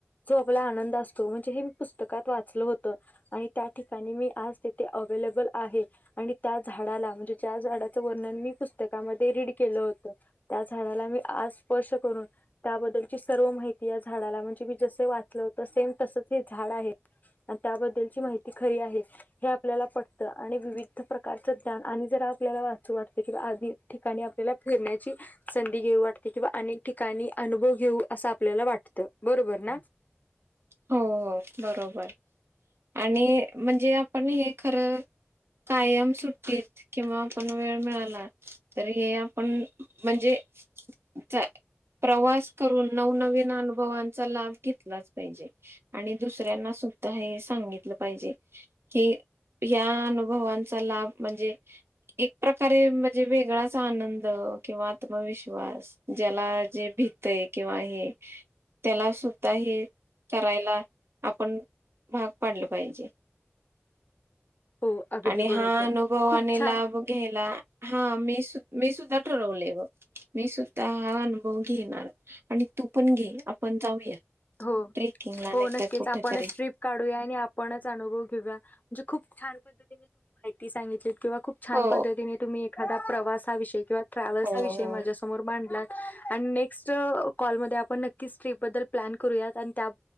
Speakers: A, on the left; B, on the right.
A: जो आपला आनंद असतो म्हणजे, हे मी पुस्तकात वाच चल होत आणि त्या ठिकाणी मी आज तेथे अवेलेबल आहे, आणि त्या झाडाला म्हणजे त्या झाडाचं वर्णन मी पुस्तकामध्ये रीड केलं होत त्या झाडाला मी आज स्पर्श करून त्याबद्दलची सर्व माहिती या झाडाला, म्हणजे मी जस वाचल होत, सेम तसच हे झाड आहे अन त्याबद्दलची माहिती खरी आहे हे आपल्याला पटतं, आणि विविध प्रकारचं ज्ञान आणि जर आपल्याला वाचु वाटते किंवा अधिक ठिकाणी आपल्याला फिरण्याची संधी घेऊ वाटते किंवा अनेक ठिका आणि अनुभव घेऊ असं आपल्याला वाटत बरोबर ना
B: हो हो बरोबर आणि म्हणजे आपण हे खरं कायम सुट्टीत किंवा आपण वेळ मिळाला तरी हे आपण म्हणजे चं प्रवास करून नवनवीन अनुभवांचा लाभ घेतलाच पाहिजे आणि दुसऱ्यांना सुद्धा हे सांगितलं पाहिजे कि या अनुभवांचा लाभ म्हणजे एक प्रकारे म्हणजे वेगळाच आनंद किंवा आत्मविश्वास ज्याला जे भितय हे किंवा हे त्याला सुद्धा हे करायला आपण भाग पाडलं पाहिजे
A: हो अगदी
B: आणि
A: बरोबर
B: हा अनुभवाने
A: खूप छान
B: लाभ घ्यायला हा मी सु मी सुद्धा ठरवले ग मी सुद्धा हा अनुभव घेणार आणि तू पण घे आपण जाऊया
A: हो
B: ट्रेकिंगला
A: हो
B: नाही
A: नक्कीच
B: तर कुठेतरी
A: आपणच ट्रीप काढूया आणि आपणच अनुभव घेऊया जे खूप छान पद्धतीने तुही माहिती सांगितली किंवा खूप छान
B: हो
A: पद्धतीने तुम्ही एखादा प्रवासाविषयी किंवा ट्रॅव्हल्सविषयी
B: हो हो
A: माझ्यासमोर मांडला आणि नेक्स्ट कॉलमध्ये आपण नक्कीच ट्रीप बद्दल प्लॅन करूयात आणि त्या